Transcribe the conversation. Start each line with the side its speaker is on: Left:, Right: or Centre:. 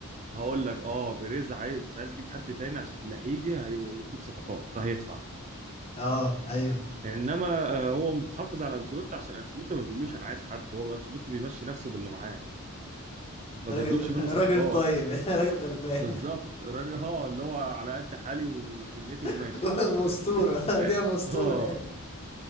Right: هقول لك اه بيريز عايز مش عايز يجيب حد تاني عشان اللي هيجي هيطلب صفقات فهيدفع
Left: اه ايوه
Right: انما آه، هو متحفظ على انشيلوتي عشان انشيلوتي ما بيقولوش انا عايز حد هو انشيلوتي بيمشي نفسه باللي معاه ما
Left: راجل
Right: بيطلبش منه
Left: راجل
Right: صفقات
Left: طيب <laughs> راجل غلبان
Right: بالظبط الراجل اه اللي هو على قد حالي ودنيتي وماشي
Left: <laughs>
Right: بقى
Left: مسطورة <laughs> دي
Right: <laughs>
Left: مسطورة
Right: اه